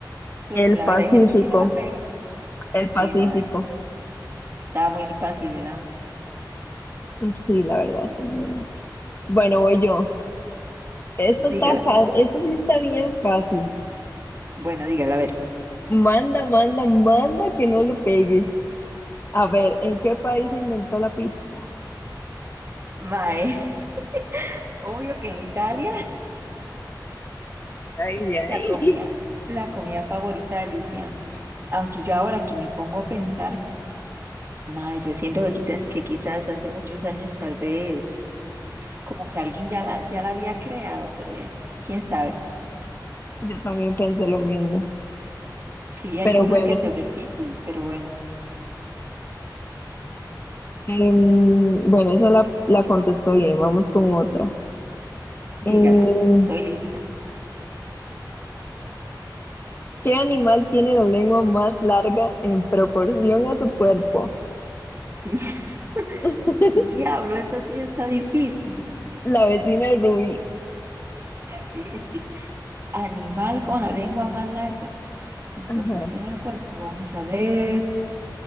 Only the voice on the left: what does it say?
El Pacífico,
el
Pacífico.
Mm, Sí, la verdad, sí. Bueno, voy yo. Esto
está fácil, esto sí está bien fácil.
Manda, manda, manda que no le pegue. A ver, ¿en qué país se inventó la pizza?
Ay, ay.
<laughs>
Yo también pensé lo mismo.
Pero
bueno,
em, bueno, esa la, la contestó bien. Vamos con otra.
Eh,
¿qué animal tiene la lengua más larga en proporción a su cuerpo?
<laughs>
La vecina de Rubí.
Ajá,